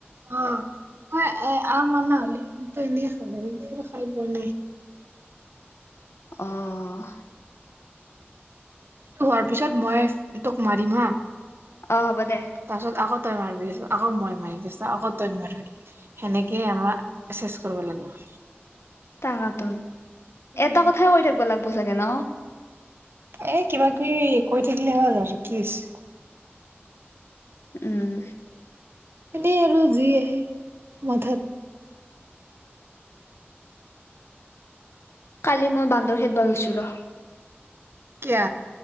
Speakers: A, on the right; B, on the left.
A: অ ম এ আম অনা হ'লে আমটো এনে খাব খাই পোৱা নাই
B: অহ
A: এইটো হোৱাৰ পিছত মই তোক মাৰিম হা
B: অ দে
A: তাৰপিছত আকৌ তই মাৰিবি ত আকৌ মই মাৰিম আকৌ তই মাৰিবি সেনেকেই আমাৰ এছ এছ কৰিব লাগিব
B: তাকাতোন
A: উম
B: এটা কথাই কৈ থাকব লাগব চাগে ন
A: এ কিবা কিবি কৈ থাকিলে হল আৰু কি আছে
B: উম
A: এনেই আৰু জুই আহে মাথাত
B: কালি মই বান্দৰ খেদব গৈছো ৰ
A: কিয়